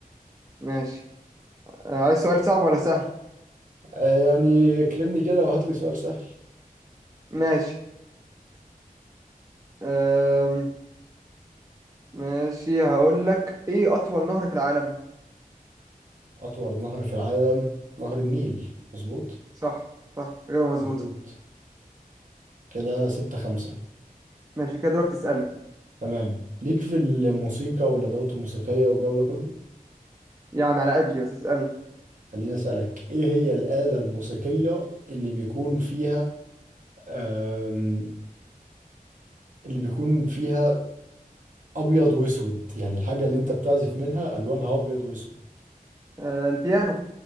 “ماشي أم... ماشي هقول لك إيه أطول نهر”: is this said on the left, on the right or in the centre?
Right